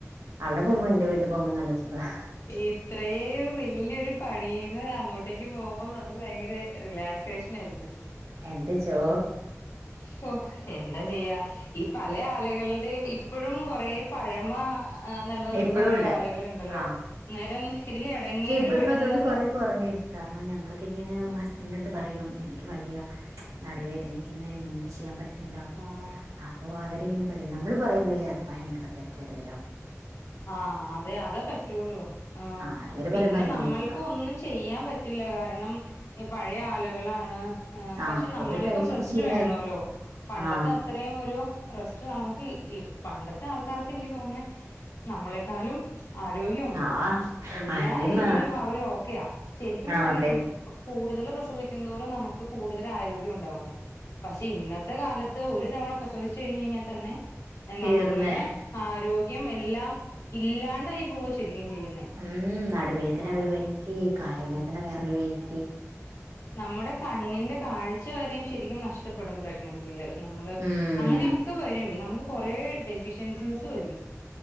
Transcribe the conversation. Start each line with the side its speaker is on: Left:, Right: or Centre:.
Right: അവിടെ പോകുമ്പോ എന്റെ വീട്ടിൽ പോകുമ്പോ നല്ല സുഖാ
Left: ഇത്രേ വലിയൊരു പണീന്ന് അങ്ങോട്ടേക്ക് പോകുമ്പോ നമുക്ക് ഭയങ്കരറിലാ ശേഷനായിരിക്കും
Right: എന്ത് ചോ
Left: ഹെ എന്താ ചെയ്യാ ഈ പല ആളുകളുടെയും ഇപ്പോഴും കുറേ പഴമ നിലനിർത്തുന്ന
Right: ഇപ്പഴും
Left: കുറെേ
Right: ഉണ്ട്
Left: ആളുകളുണ്ടല്ലോ
Right: ആഹ്
Left: അന്നേരം ഇതിൽ
Right: പക്ഷെ
Left: എടങ്ങേറ്
Right: ഇപ്പൊ
Left: പെടുന്നത്
Right: ഇപ്പൊ അതുകൊണ്ട് കൊറെ കുറഞ്ഞേ കാരണം നമ്മളൊക്കെ ഇങ്ങനെ മാസ്റ്ററിന്റെ അടുത്ത് പറയും എനിക്ക് വയ്യ നടുവേദനിക്കിന്ന് എനിക്കിന്ന് ഇങ്ങനൊന്നും ചെയ്യാൻ പറ്റുന്നില്ലോ
Left: ആ
Right: അപ്പോ അവരിങ്ങനെ പറ നമ്മള് പറയുമ്പോ അല്ലേ അത് ഭയര തെറ്റായിട്ട് വരുക
Left: ആ അതെ അതെ പറ്റുള്ളൂ ആ
Right: ആഹ് ഇവര്
Left: പിന്നെ
Right: പറയുമ്പോ അതൊന്നും
Left: നമ്മൾക്ക്
Right: പറ്റൂല
Left: ഒന്നും ചെയ്യാൻ പറ്റില്ല കാരണം പഴയ ആളുകൾ കളാണ്
Right: ആഹ്
Left: പക്ഷെ നമ്മൾക്കും
Right: ഓര് കഴിച്ചിട്ട്
Left: റെസ്റ്റ്
Right: ശീലായി
Left: വേണോല്ലോ പണ്ടത്തെ
Right: ആഹ്
Left: അത്രയും ഒരു റസ്റ്റ് നമുക്ക് പണ്ടത്തെ ആൾക്കാർക്ക് എനിക്ക് തോന്നുന്നെ നമ്മളെക്കാളും ആരോഗ്യമുണ്ട്
Right: ആഹ്
Left: എല്ലാ
Right: ആരോഗ്യമാ
Left: രീതിയിലും അവര് ഓക്കെയാ ശരിക്കും
Right: ആഹ്
Left: പറയും
Right: അതെ
Left: കൂടുതലും പ്രസവിക്കുന്തോറും നമുക്ക് കൂടുതൽ ആരോഗ്യം ഉണ്ടാകുന്നു പക്ഷെ ഇന്നത്തെ കാലത്ത് ഒരു ഒറ്റതവണ പ്രസവിച്ച് കഴിഞ്ഞ് കഴിഞ്ഞാൽ തന്നെ
Right: തീർന്ന്
Left: നമ്മളുടെ ആരോഗ്യം എല്ലാം ഇല്ലാണ്ടായി പോവ ശരിക്കും ചെയ്യുന്നേ
Right: ഉം നടുവേദന
Left: ആഹ്
Right: ഒരു വൈയ്ക്ക് കാല്
Left: ആഹ്
Right: വേദന വേറൊരു വൈയ്ക്ക്
Left: നമ്മുടെ കണ്ണിന്റെ കാഴ്ച വരെയും ശരിക്കും നഷ്ടപ്പെടും പ്രെഗൻസിയിൽ നമ്മള്
Right: ഉം
Left: അങ്ങനെയൊക്കെ വരും നമുക്ക് കൊറേ ഡെഫിഷ്യൻസീസ്
Right: അംബേദ്കർ
Left: വരും